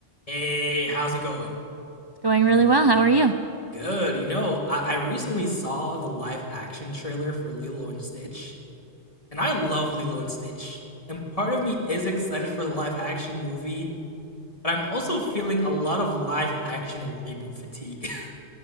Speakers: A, on the left (about 25°); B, on the right (about 25°).
A: Hey, how's it going?
B: Going really well. How are you?
A: Good. You know, I, I recently saw the live action trailer for Lilo and Stitch, and I love Lilo and Stitch. And part of me is excited for the live action movie, but I'm also feeling a lot of live action and reboot fatigue.